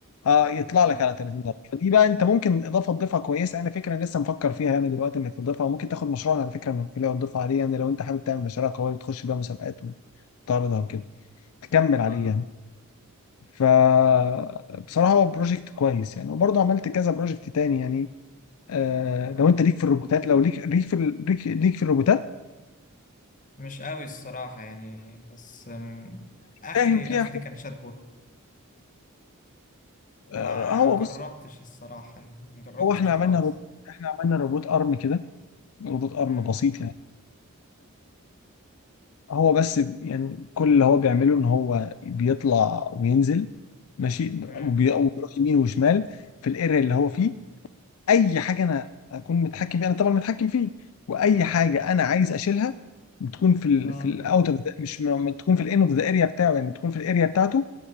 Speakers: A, on the left (about 70°); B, on the left (about 35°).
A: آه يطلع
B: اه
A: لك على 30 درجه فدي بقى انت ممكن اضافه تضيفها كويسه انا فكره لسه مفكر فيها يعني دلوقتي انك تضيفها وممكن تاخد مشروع على فكره من الكليه وتضيفها عليه يعني لو انت حابب تعمل مشاريع قويه تخش بيها مسابقات وتعرضها وكده تكمل
B: اه
A: عليه يعني فبصراحة هو بروجكت كويس يعني وبرضه عملت كذا بروجكت تاني يعني آه
B: مم.
A: لو انت ليك في الروبوتات لو ليك ليك في ال- ليك, ليك في الروبوتات
B: مش قوي الصراحة يعني بس أم، آخري
A: فاهم فيها
B: آخري
A: حاجة.
B: كان شاتبوت ما
A: آه هو
B: جربتش
A: بص
B: الصراحة يعني ما جربتش
A: هو احنا عملنا
B: خالص
A: روبوت احنا عملنا روبوت ارم كده روبوت ارم
B: مم.
A: بسيط يعني هو بس يعني كل اللي هو بيعمله ان هو بيطلع وينزل ماشي
B: مم.
A: وبي- وبيروح يمين وشمال في الايريا اللي هو فيه اي حاجه انا اكون متحكم فيها انا طبعا متحكم فيه واي حاجه انا عايز اشيلها بتكون في ال
B: اه
A: في الاوت اوف مش م- بتكون في الان اوف ذا اريا بتاعه يعني بتكون في الاريا بتاعته